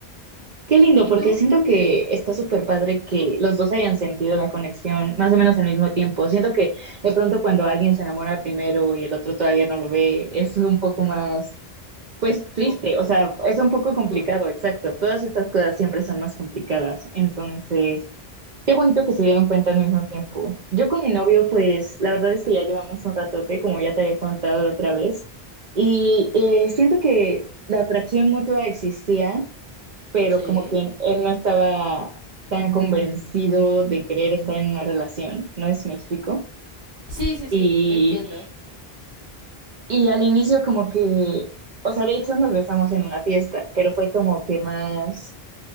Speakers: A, on the right; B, on the left.
A: Qué lindo,
B: ¿Y
A: porque
B: tú?
A: siento que está súper padre que los dos hayan sentido la conexión más o menos al mismo tiempo. Siento que de pronto cuando alguien se enamora primero y el otro todavía no lo ve, es un poco más, pues triste,
B: Complejo.
A: o sea, es un poco complicado,
B: Hmm,
A: exacto. Todas estas cosas siempre son más complicadas. Entonces, qué bonito que se dieron cuenta al mismo tiempo. Yo con mi novio, pues la verdad es que ya llevamos un ratote, como ya te había contado la otra vez, y eh, siento que la atracción mutua existía pero
B: sí.
A: como que él no estaba tan convencido de querer estar en una relación, no es me explico.
B: Sí, sí,
A: Y,
B: sí, entiendo.
A: y al inicio como que, o sea, de hecho nos besamos en una fiesta, pero fue como que más,